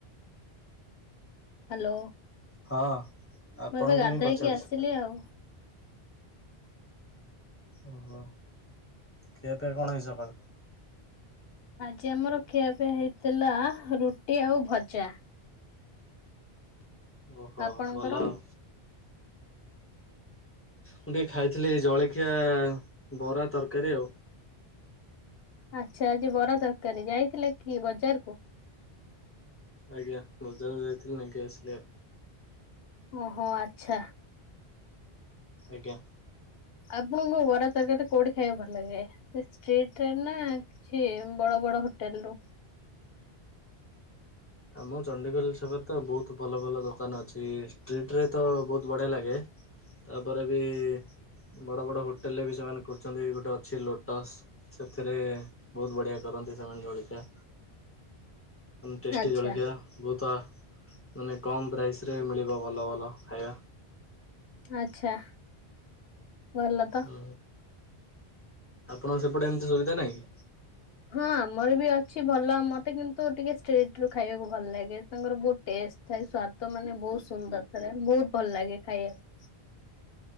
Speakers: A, on the left; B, on the left.
A: ହ୍ୟାଲୋ
B: ହଁ ଆପଣଙ୍କୁ
A: ମୁଁ ଏବେ ଗାଧେ
B: ହିଁ ପଚାରୁଛି
A: ଇକି ଆସିଲି ଆଉ।
B: ଓହୋ ଖିଆ ପିଆକଣ ହେଇ ସକାଳୁ?
A: ଆଜି ଆମର ଖିଆପିଆ ହେଇଥିଲା ରୁଟି ଆଉ ଭଜା।
B: ଓହୋ
A: ଆପଣଙ୍କର?
B: ଭଲଆଉ। ମୁଁ ଟିକେ ଖାଇଥିଲି ଜଳଖିଆ ବରା ତରକାରୀ ଆଉ।
A: ଆଚ୍ଛା ଆଜି ବରା ତରକାରି ଯାଇଥିଲେ କି ବଜାର କୁ?
B: ଆଜ୍ଞା ବଜାର କୁ ଯାଇଥିଲିନେଇକି ଆସିଲେ ଆଉ।
A: ଓହୋ ଆଚ୍ଛା।
B: ଆଜ୍ଞା।
A: ଆପଣଙ୍କ ବରା ତରକାରତି କୋଉଠି ଖାଇବାକୁ ଭଲ ଲାଗେ ଷ୍ଟିଟ୍‌ରେ ନା ଅଛି ବଡ ବଡ ହୋଟେଲ ରୁ
B: ଆମ ଚଣ୍ଡୀଖୋଲ ଛକରେ ତ ବହୁତ ଭଲ ଭଲ ଦୋକାନ ଅଛି ଷ୍ଟ୍ରିଟ ରେ ତ ବହୁତ ବଢ଼ିଆ ଲାଗେ। ତାପରେ ବି ବଡ଼ ବଡ଼ ହୋଟେଲ୍ ରେ ବି ସେମାନେ କରୁଛନ୍ତି ଗୋଟେ ଅଛି ଲୋଟସ୍। ସେଥିରେ ବହୁତ ବଢ଼ିଆ କରନ୍ତି ସେମାନେ ଜଳିଖିଆ। ଟେଷ୍ଟି
A: ଆଚ୍ଛା
B: ଜଳଖିଆ ବହୁତ ମାନେ କମ୍ ପ୍ରାଇସ୍ ମିଳିବ ଭଲ ଭଲ ଖାଇବା।
A: ଆଛା ଭଲ ତ।
B: ହଁ ଆପଣଙ୍କ ସେପଟେ ଏମିତି ସୁବିଧା ନାହିଁ।
A: ହଁ ଆମର ବି ଅଛି ଭଲ ମତେ କିନ୍ତୁ ଟିକେ ଷ୍ଟେଟ ରୁ ଖାଇବାକୁ ଭଲ ଲାଗେ। ତାଙ୍କର ଟେଷ୍ଟ ଥାଏ ସ୍ଵାଦ ମାନେ ବହୁତ ସୁନ୍ଦର ଥାଏ ବହୁତ ଭଲ ଲାଗେ ଖାଇବାକୁ।